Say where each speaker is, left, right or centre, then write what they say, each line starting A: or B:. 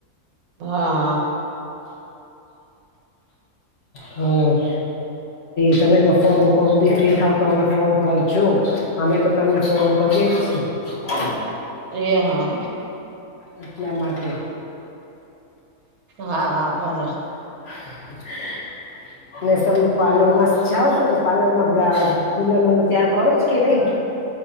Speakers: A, on the right (about 75°); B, on the left (about 45°).
A: હા હા
B: હમ્મ તમે તો ફોન કોકદી ફી થાવ તો અમને ફોન કરજો. અમે તો તમને ફોન કરીએ જ છે.
A: એ હા
B: એટલા માટે
A: હા હા ભલે
B: <inaudible> ને સમ પાર્લર માં જાઓ છું તો પાર્લર માં <unintelligible> દુલહનો ને ત્યાર કરુજ કે નહી.